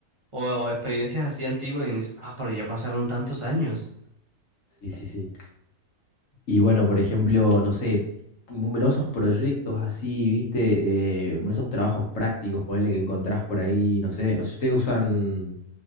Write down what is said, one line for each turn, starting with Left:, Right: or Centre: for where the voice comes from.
Right: o, o experiencias así antiguas y uno dice, ah, pero ya pasaron tantos años.
Left: Sí, sí, sí. Y bueno, por ejemplo, no sé, numerosos proyectos así, viste, eh, numerosos trabajos prácticos, ponele que encontrás por ahí, no sé, no sé si ustedes usan,